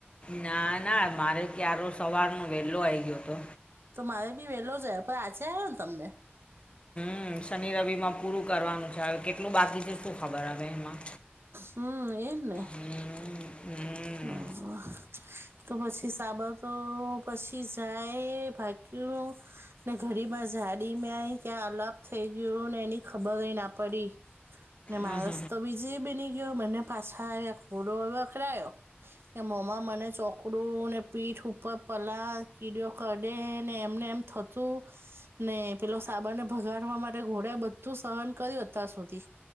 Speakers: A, on the left; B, on the right.
A: ના ના, મારે ત્યારે સવાર નો વહેલો આવી ગયો હતો.
B: તો મારે બી વહેલો જાય, પણ આજે આવ્યો ને તમને?
A: હમ શનિ-રવિમાં પૂરું કરવાનું છે. હવે કેટલું બાકી છે, શું ખબર હ એમાં?
B: હમ, એમ ને.
A: હમ, હમ, હમ, હમ,
B: <unintelligible> તો પછી સાબળતો પછી જાય ભાગ્યું ને ઘરીમાં જાડી મેય ક્યાં આલાપ થઈ ગયયો ને એની ખબર ના પડી. ને માણસ
A: હમ, હમ, હમ,
B: તો બીજે બની ગયો, મને પાછાયા ખોડો હ વખડાયો. કે મોમા મને ચોકડું, ને પીઠ ઉપર પલાણ કીડયો કાઢે ને, એમને એમ થયું. ચો. ને પેલો સાબાને ભગાડવા માટે, ઘોડ્યા બધું સહન કર્યું અત્યાર સુધી.